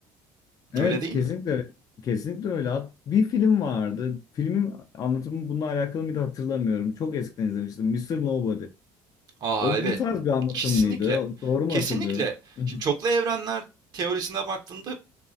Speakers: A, on the left; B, on the right.
A: Evet
B: Öyle değil
A: kesinlikle
B: mi?
A: kesinlikle öyle. Hat- Bir film vardı. Filmin anlatımı bununla alakalı mıydı hatırlamıyorum. Çok eskiden izlemiştim. Mister Nobody.
B: Aa
A: O
B: evet.
A: bu tarz bir anlatım
B: Kesinlikle.
A: mıydı? Doğru mu
B: Kesinlikle.
A: hatırlıyorum? Hı hı.
B: Şimdi çoklu evrenler teorisine baktığında